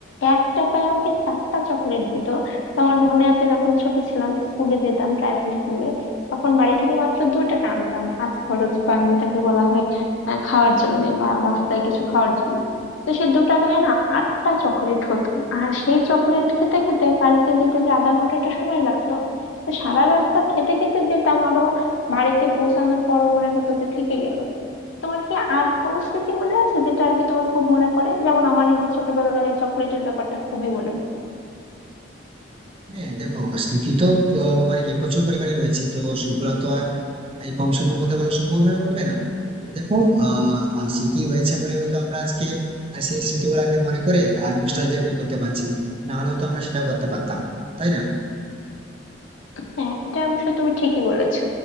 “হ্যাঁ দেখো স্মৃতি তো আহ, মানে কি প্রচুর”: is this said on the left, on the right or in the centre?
Right